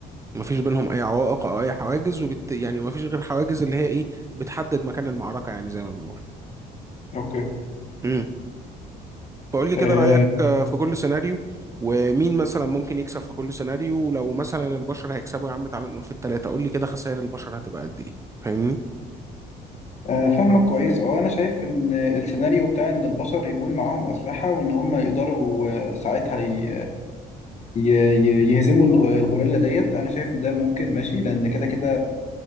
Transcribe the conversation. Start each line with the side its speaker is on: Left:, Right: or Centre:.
Right: مفيش بينهم اي عوائق او اي حواجز وبت... يعني مفيش غير حواجز اللي هي ايه بتحدد مكان المعركه يعني زي ما بنقول
Left: اوكي
Right: امم فقول لي
Left: أه
Right: كده رايك آه، في كل سيناريو ومين مثلا ممكن يكسب في كل سيناريو ولو مثلا البشر هيكسبوا يا عم تعالى نقول في الثلاثه قول لي كده خسائر البشر هتبقى قد ايه فاهمني
Left: آه، فاهمك كويس اه انا شايف ان السيناريو بتاع ان البشر يكون معاهم اسلحه وان هم يقدروا آه، ساعتها ي- ي- ي- يهزموا الغ- الغوريلا ديت انا شايف إن ده ممكن ماشي لان كده كده